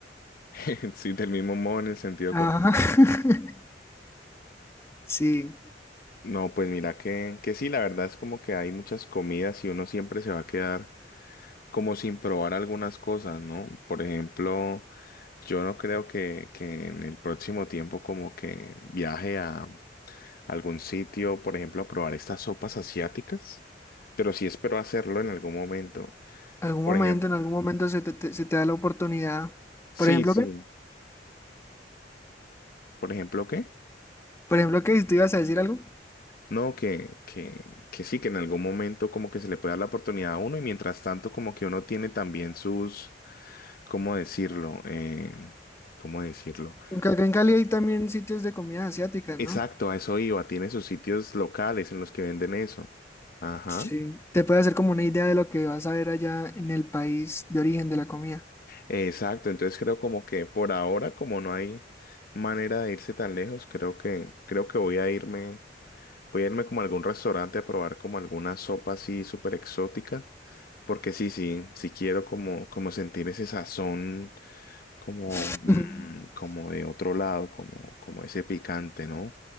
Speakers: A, on the left; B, on the left.
A: <laughs> Sí, del mismo modo en el sentido
B: Ajá.
A: contrario.
B: <laughs> Sí,
A: No, pues mira que, que sí, la verdad es como que hay muchas comidas y uno siempre se va a quedar como sin probar algunas cosas, ¿no? Por ejemplo, yo no creo que, que en el próximo tiempo como que viaje a algún sitio, por ejemplo, a probar estas sopas asiáticas, pero sí espero hacerlo en algún momento.
B: algún
A: Por
B: momento,
A: ejemplo,
B: en algún momento se te, te- se te da la oportunidad.
A: sí,
B: Por ejemplo,
A: sí.
B: ¿qué?
A: Por ejemplo, ¿qué?
B: Por ejemplo, ¿qué? te ibas a decir algo?
A: No, que, que, que sí, que en algún momento como que se le puede dar la oportunidad a uno y mientras tanto como que uno tiene también sus ¿Cómo decirlo? Eh, ¿cómo decirlo?
B: Porque acá en Cali hay también sitios de comidas asiáticas,
A: Exacto,
B: ¿no?
A: a eso iba. Tiene sus sitios locales en los que venden eso. Ajá.
B: Sí, te puede hacer como una idea de lo que vas a ver allá en el país de origen de la comida.
A: Exacto. Entonces creo como que por ahora, como no hay manera de irse tan lejos, creo que, creo que voy a irme, voy a irme como a algún restaurante a probar como alguna sopa así súper exótica. Porque sí, sí, sí quiero como, como sentir ese sazón como,
B: <laughs>
A: mm, como de otro lado, como, como ese picante, ¿no?